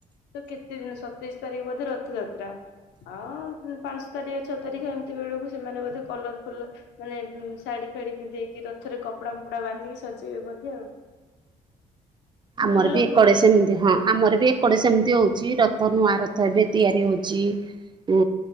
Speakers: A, on the left; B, on the right.
A: ତ କେତେ ଦିନ ସତେଇଶ ତାରିଖ ବୋଧେ ରଥଯାତ୍ରା। ହଁ ପାଞ୍ଚ ତାରିଖ ଛଅ ତାରିଖ ଏମିତି ବେଳକୁ ସେମାନେ ବୋଧେ କଲରଫୁଲ ମାନେ ଶାଢୀ ଫାଡି ପିନ୍ଧେଇକି ରଥରେ କପଡା ଫପଡା ବାନ୍ଧିକି ସଜେଇବେ ବଧେ ଆଉ।
B: ଆମର
A: ଭଲ
B: ବି ଏକଡେ
A: ହୁଏ
B: ସେମିତି ହଁ ଆମର ବି ଏକଡେ ସେମିତି ହଉଚି। ର ଥ ନୂଆ ରଥ ଏବେ ତିଆରି ହଉଚି। ଉଁ